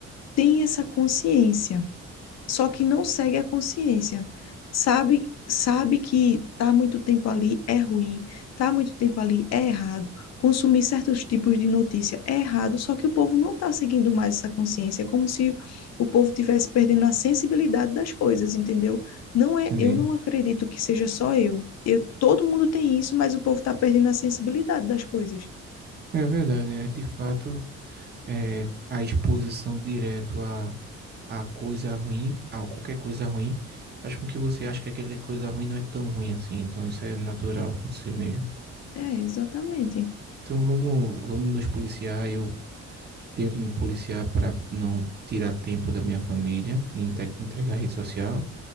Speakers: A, on the left; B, on the right.
A: tem essa consciência só que não segue a consciência. Sabe, sabe que tá muito tempo ali é ruim, tá muito tempo ali é errado, consumir certos tipos de notícia é errado, só que o povo não está seguindo mais essa consciência, é como se o povo tivesse perdendo a sensibilidade das coisas, entendeu? Não
B: entendi.
A: é, eu não acredito que seja só eu. Eu, todo mundo tem isso, mas o povo está perdendo a sensibilidade das coisas.
B: É verdade, é, de fato, é, a exposição direto a, a coisa ruim, a qualquer coisa ruim, faz com que você ache que aquela coisa ruim não é tão ruim assim. Então, isso é natural acontecer mesmo.
A: É, exatamente.
B: Então, vamos, vamos nos policiar. Eu tenho que me policiar para não tirar tempo da minha família e entregar a rede social.